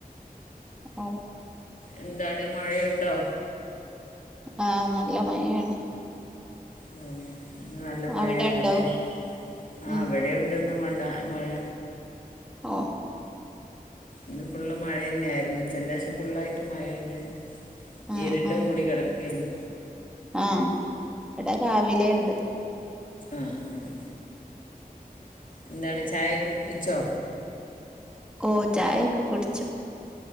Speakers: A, in the centre; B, on the left.
A: ആഹ്
B: എന്താണ് മഴയുണ്ടോ.?
A: ആഹ നല്ല മഴയാണ്
B: ഓ ഇ നല്ല മഴയാണല്ലേ
A: അവിടെ ഉണ്ടോ
B: ആ
A: ഉം
B: അവിടെുണ്ട്ന്ന് നല്ല മഴ.
A: ഓഹ്.
B: ഇന്ന് ഫുള്ള് മഴന്നെ ആയിരുന്നു. ഉച്ചന്റേശം ഫുള്ളായിട്ടും മഴന്നെ.
A: ആഹ്
B: ഇരിണ്ട്
A: ആഹ്
B: മൂടി കെടക്കേന്നു.
A: ആഹ് ഇവട രാവിലേ എണ്ട്.
B: ആഹ് ആഹ്. എന്താണ് ചായേക്ക കുടിച്ചോ?
A: ഓഹ് ചായൊക്കെ കുടിച്ച്.